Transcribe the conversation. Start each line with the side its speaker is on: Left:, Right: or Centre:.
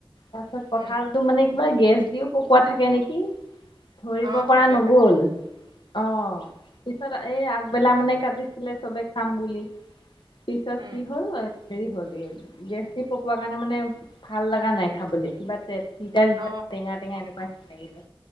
Left: তাৰপিছত কঠালটো
Right: উম,
Left: মানে কিবা গেছ দিও পকোৱা থাকে নেকি, ধৰিব
Right: অ',
Left: পৰা
Right: থাকে
Left: নগল
Right: থাকে
Left: অ, পিছত এই আগবেলা মানে কাটিছিলে চবে খাম বুলি পিছত
Right: উম,
Left: কি হল, এ- হেৰি হ'ল এই গেছ দি পকোৱা কাৰণে মানে ভাল লগা নাই খাবলে, কিবা তে তিতাল
Right: অ',
Left: টেঙা টেঙা এনেকুৱা নিচিনা লাগিলে,